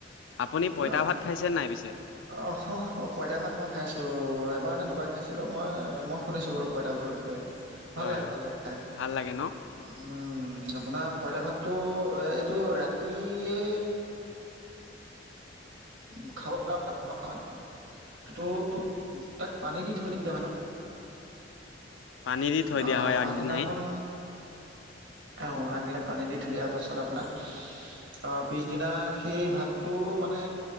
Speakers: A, on the left; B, on the right.
A: আপুনি পইতা
B: অ
A: ভাত খাইছে নাই পিছে?
B: অ হহ পঁইতা ভাত মই খাইছোঁ এবাৰ নে দুবাৰ খাইছিলোঁ মই মই শুনিছোঁ বাৰু পঁইতা ভাতৰ বিষয়ে ভাল
A: হয়
B: লাগে
A: হয়
B: ভাল লাগে খাই।
A: ভাল লাগে ন
B: উম আপোনাৰ পঁইতা ভাতটো এই এইটো ৰাতিয়ে <unintelligible> হয় সেইটো তাত পানী দি থৈ দিয়া হয় ন?
A: পানী দি থৈ
B: আ
A: দিয়া হয়
B: পাচদিনাখন,
A: আগদিনাই
B: অ আগদিনা পানী দি থৈ দিয়াৰ পাছত আপোনাক আহ পিছদিনা সেই ভাতটো মানে,